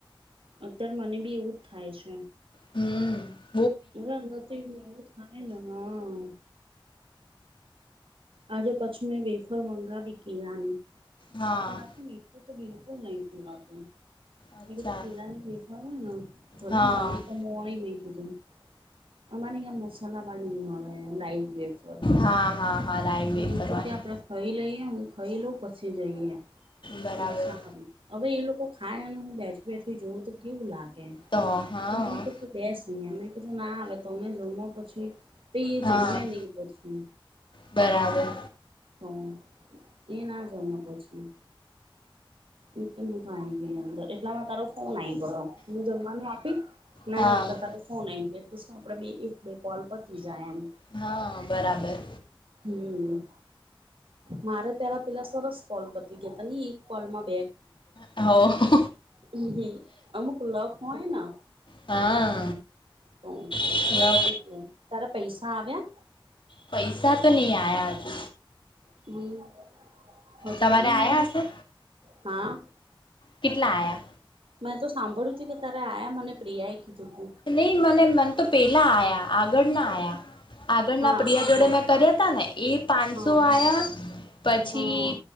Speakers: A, on the right; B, on the left.
A: અત્યારે મને બી એવું થાય છે.
B: હમ્મ.
A: મરા નથી હું એવું થાય ને હા. આજે પછી મેં વેફર મંગાવી કે આનેથી
B: હા
A: મીઠું તો બી કુલ નહી પીવાતું.
B: અચ્છા
A: એ કેધુ કેલાની વેફર હોય ને ભલે
B: હા
A: મોણી તો મોણી મેં કીધું. અમારે અહં મસાલાવાડી મળે લઇટ વેફર.
B: હા હા હા લાઈવ
A: તો
B: એ
A: બીજું
B: કરવાની
A: કે આપડે ખરી લઈએ ખાઈ લઉ પછી જઈએ
B: બરાબર
A: મિકસા હવે એ લોક તો ખા અને હું બેઠી બેઠી જોઉં તો કેવું લાગે
B: તો હા
A: તો મને કે તું બેસ અહી અમે હું ના આવે તમે જમો પછી એ
B: હા
A: જમે નહી પછી.
B: બરાબર.
A: તો એ ના જમે પછી. એ તો <inaudible> આવી ગઈ અંદર એટલામાં તારો ફોન આ આવી ગયો. હું જમવાનું નાખું આપી નઈ
B: હા
A: એટલે તારો ફોન આઈ ગયો. શું આપડ બે એક બે કોલ પતી જાય એમ.
B: હા, બરાબર.
A: હમ્મ, મારે તારા પેલા સરસ કોલ પતી ગયા હતા ની એક કોલમાં
B: હા.
A: હમ્મ, અમુક લખ હોયને.
B: હા
A: તો
B: ન હોય
A: એટલો, તારા પૈસા આવ્યા?
B: પૈસા તો નહી આયા આજુ.
A: હમ્મ. હજુ
B: તમારે
A: નહી
B: આયા
A: હ
B: હશે
A: હા
B: કેટલા આયા
A: મેં તો સાંભળ્યું છે કે તારે આયા મને પ્રિયા કીધું તું
B: નહી મને મન તો પેલા આયા આગળના આયા આગળના
A: હા
B: પ્રિયા જોડે
A: હા
B: મેં કર્યા હતા ને એ પાંચસો
A: હા
B: આયા પછી
A: હા